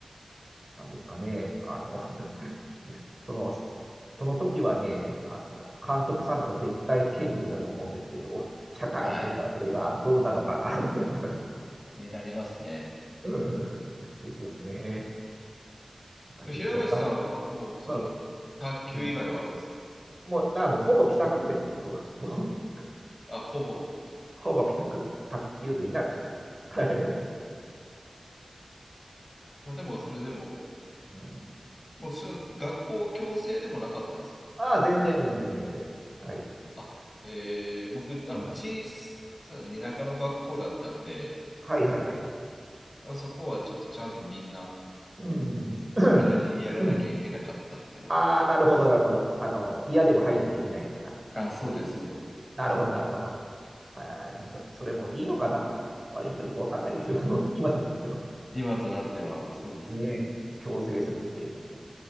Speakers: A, on the right; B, on the left.
A: なんですかね。あの、<laughs> その、その時はね、あの、監督さんとか絶対権力だと思うんですけど、社会に出たらそれがどうなのかな、
B: はい。
A: みたいな。
B: になりますね。
A: うん <laughs> ですよね。なんかよくわかん、
B: 平林さんはもう、その、
A: う
B: 卓球以外はあれですか
A: ん、うんもう、な、もうほぼ帰宅部ですよ、僕は。もう、
B: あ、ほぼ。
A: ほぼ帰宅部。卓球と言いながら帰宅部です。<laughs> はい。
B: まあ、でも、それでも、
A: うん
B: もう、その学校強制でもなかったんですか
A: ああ、全然、全然、全然。はい。
B: あ、えー、僕、あの、
A: ああ
B: 小さな田舎の学校だったんで、
A: はい、はい、はい。
B: あそこはちょっとちゃんとみんな、
A: うん。<clears throat>
B: それなりにやらなきゃいけなかったっていうのがあったんです。
A: うん。ああ、なるほど、なるほど。あの、嫌でも入んなきゃいけないみたいな感じですか。
B: あ、そうです、そうです。
A: なるほど、なるほど。ああ、でもそ、それもいいのかな悪いのかよくわかんないですよ。<laughs> もう今となっては。
B: 今となっては、そうですね。
A: ねえ、強制するっていうのも。